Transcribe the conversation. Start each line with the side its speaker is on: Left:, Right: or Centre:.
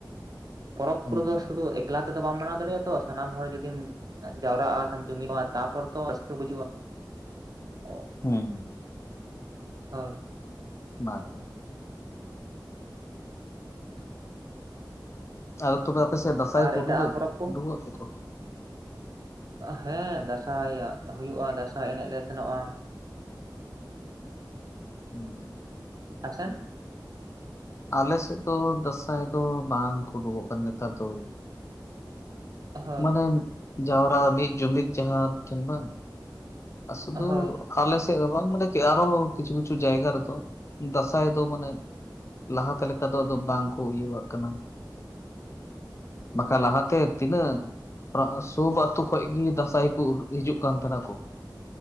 Right: ᱯᱚᱨᱚᱵᱽ
Left: ᱦᱩᱸ
Right: ᱠᱚᱨᱮ ᱫᱚ ᱥᱩᱫᱷᱩ ᱮᱠᱞᱟ ᱛᱮᱫᱚ ᱵᱟᱢ ᱢᱟᱱᱟᱣ ᱫᱟᱲᱮᱭᱟᱜᱼᱟ ᱛᱚ ᱥᱟᱱᱟᱢ ᱦᱚᱲ ᱡᱩᱫᱤᱢ, ᱡᱟᱣᱨᱟᱜᱼᱟ ᱥᱮ ᱡᱩᱢᱤᱫᱼᱟ ᱛᱟᱨᱯᱚᱨ ᱛᱚ ᱨᱟᱹᱥᱠᱟᱹ ᱵᱩᱡᱩᱜᱼᱟ᱾ ᱚ
Left: ᱦᱩᱸ᱾
Right: ᱦᱳᱭ᱾
Left: ᱵᱟᱫᱽ
Right: ᱦᱮᱸ᱾
Left: ᱟᱫᱚ ᱛᱚᱵᱮ ᱟᱯᱮᱥᱮᱫ ᱫᱟᱸᱥᱟᱭ
Right: ᱟᱨ
Left: ᱠᱚ
Right: ᱮᱴᱟᱜᱟᱜ
Left: ᱩᱰᱩᱠᱚᱜ
Right: ᱯᱚᱨᱚᱵᱽ ᱠᱚ
Left: ᱩᱰᱩᱠᱚᱜ ᱜᱮ ᱛᱚ?
Right: ᱦᱮᱸ ᱫᱟᱸᱥᱟᱭ ᱦᱩᱭᱩᱜᱼᱟ᱾ ᱫᱟᱸᱥᱟᱭ ᱮᱱᱮᱡ ᱞᱮ ᱥᱮᱱᱚᱜᱼᱟ᱾
Left: ᱦᱩᱸ᱾
Right: ᱟᱯᱥᱮᱱ
Left: ᱟᱞᱮᱥᱮᱫ ᱫᱚ ᱫᱟᱸᱥᱟᱭ ᱫᱚ ᱵᱟᱝ ᱠᱚ ᱩᱰᱩᱠᱚᱜ ᱠᱟᱱ ᱱᱮᱛᱟᱨ ᱫᱚ
Right: ᱦᱳᱭ
Left: ᱢᱟᱱᱮ ᱡᱟᱣᱨᱟ ᱢᱤᱫ ᱡᱩᱢᱤᱫ ᱡᱟᱦᱟᱸ ᱢᱤᱫᱴᱷᱮᱱ ᱵᱟᱝ ᱟ ᱥᱩᱫᱩ
Right: ᱦᱳᱭ
Left: ᱟᱞᱮ ᱥᱮᱫ ᱦᱚᱸ ᱵᱟᱝ? ᱢᱟᱱᱮ ᱟᱨᱚ ᱠᱤᱪᱷᱩ ᱠᱤᱪᱷᱩ ᱡᱟᱭᱜᱟ ᱨᱮ ᱫᱚ ᱫᱟᱸᱥᱟᱭ ᱫᱚ ᱢᱟᱱᱮ ᱞᱟᱦᱟ ᱛᱮ ᱞᱮᱠᱟ ᱫᱚ ᱟᱫ ᱵᱟᱝ ᱠᱚ ᱤᱭᱟᱹᱣᱟᱜ ᱠᱟᱱᱟ᱾ ᱵᱟᱠᱷᱟᱱ ᱞᱟᱦᱟᱛᱮ ᱛᱤᱱᱟᱹᱜ ᱥᱩ ᱟᱹᱛᱩ ᱠᱷᱚᱭ ᱜᱮ ᱫᱟᱸᱥᱟᱭ ᱠᱚ ᱩᱰᱩᱜ ᱦᱤᱡᱩᱜ ᱠᱟᱱ ᱛᱟᱦᱮᱸᱱᱟ ᱠᱚ᱾